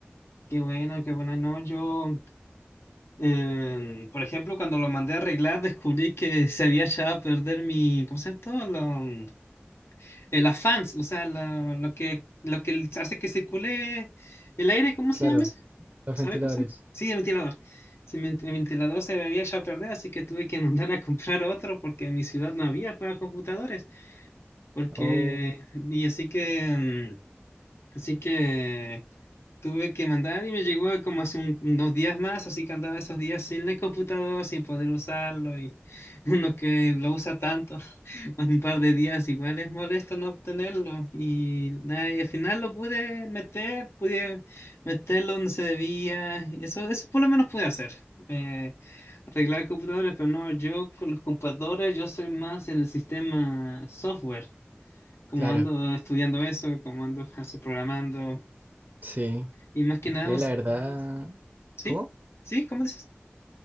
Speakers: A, on the left; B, on the right.
A: Qué buena, qué buena. No, yo, em, por ejemplo, cuando lo mandé a arreglar, descubrí que se había echado a perder mi, ¿cómo se llama esto? Lo- eh, las fans, o sea, lo, lo que, lo que hace que circule el aire, ¿cómo
B: Claro,
A: se llama eso?
B: los
A: ¿Sabes
B: ventiladores.
A: cómo se llama? Sí, el ventilador. Se me- el ventilador se me había echado a perder, así que tuve que <laughs> mandar a comprar otro porque en mi ciudad no había para computadores. Porque,
B: Oh,
A: y así que... em, Así que tuve que mandar y me llegó como hace un- unos días más, así que andaba esos días sin el computador, sin poder usarlo y <laughs> uno que lo usa tanto, <laughs> un par de días igual es molesto no obtenerlo y, nada, y al final lo pude meter, pude meterlo donde se debía y eso, eso por lo menos pude hacer. eh, arreglar computadores, pero no, yo con los computadores yo soy más en el sistema software, como
B: claro,
A: ando estudiando eso, como ando <laughs> programando.
B: sí.
A: Y más que nada,
B: Mira,
A: us-
B: la verdad.
A: ¿sí?
B: ¿Cómo?
A: ¿Sí? ¿Cómo dices? <laughs>